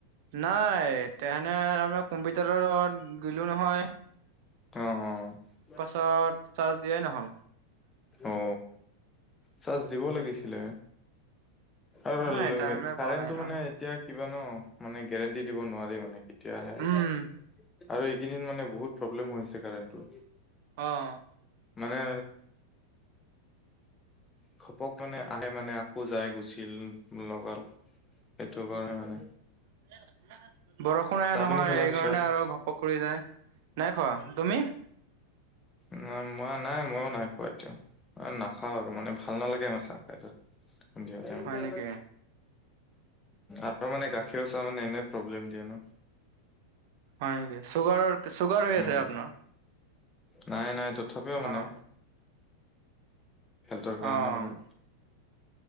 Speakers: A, on the right; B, on the left.
A: নাই, তেহেনেৰ তাৰমানে কম্পিউটাৰত গিলো নহয়।
B: অ', অ'
A: পাছত, চাৰ্জ দিয়াই নহ'ল।
B: অ, চাৰ্জ দিব লাগিছিলে। আৰু
A: নাই টাইমে
B: কাৰেণ্টটো
A: পোৱা নাই নহয়
B: মানে এতিয়া কিবা ন, মানে গেৰেণ্টি দিব নোৱাৰি মানে কেতিয়া আহে। আৰু,
A: উম
B: এইকেইদিন মানে বহুত প্ৰব্লেম হৈছে কাৰেণ্টটো।
A: অঁ!
B: মানে ঘপক মানে আহে মানে, আকৌ যাই গুচিল লগত সেইটো কাৰণে মানে
A: <unintelligible> বৰষুণ এৰা
B: চাহ
A: নহয়!
B: পানী খেলাৰ
A: এই
B: পিছত
A: কাৰণে আৰু ঘপক কৰি যায়, নাই খোৱা। তুমি?
B: ন মই নাই, ময়ো নাই খোৱা এতিয়া। অ, নাখাওঁ আৰু মানে ভাল নালাগে আমাৰ চাহ খাই। সন্ধিয়া টাইমত,
A: হয় নেকি?
B: আকৌ মানে গাখীৰ চাহ মানে এনে প্ৰব্লেম। <unintelligible>
A: হয় নেকি! চুগাৰৰ চুগাৰ হৈ
B: উম
A: আছে আপোনাৰ?
B: নাই, নাই তথাপিও মানে
A: অ',
B: হেল্থৰ কাৰণে
A: অ',
B: মানে।